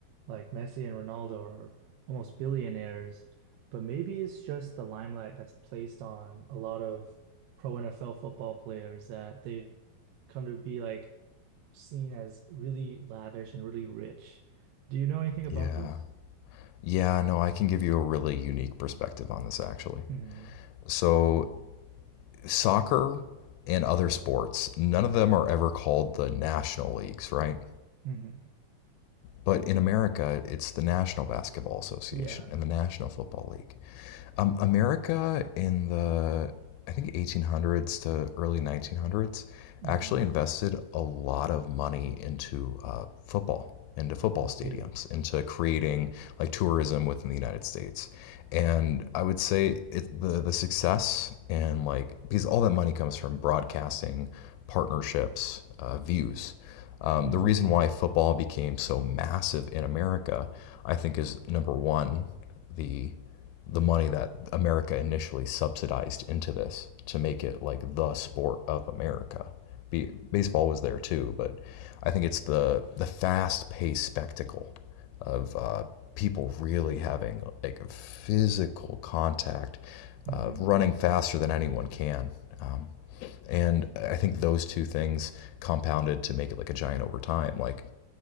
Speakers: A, on the right; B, on the left.
A: Like Messi and Ronaldo are almost billionaires, but maybe it's just the limelight that's placed on a lot of pro NFL football players that they've come to be like seen as really lavish and really rich. Do you know anything about
B: Yeah.
A: this?
B: Yeah, no, I can give you a really unique perspective on this actually.
A: hmm
B: So, soccer and other sports, none of them are ever called the national leagues, right?
A: hmm
B: But in America, it's the National Basketball Association
A: Yeah.
B: and the National Football League. Um, America in the, I think, 1800s to early 1900s
A: hmm
B: actually invested a lot of money into uh, football, into football
A: I see.
B: stadiums, into creating like tourism within the United States. And I would say it, the the success and like because all that money comes from broadcasting partnerships, uh, views. Um,
A: hmm
B: the reason why football became so massive in America, I think, is number one, the the money that America initially subsidized into this to make it like the sport of America. Be, baseball was there too, but I think it's the the fast paced spectacle of uh, people really having like physical contact,
A: hmm
B: uh, running faster than anyone can. Um, and I think those two things compounded to make it like a giant over time. Like